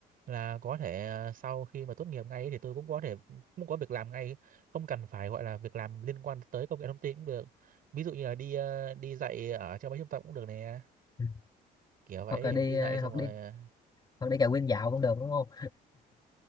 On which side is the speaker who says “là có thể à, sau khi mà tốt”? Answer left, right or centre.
Right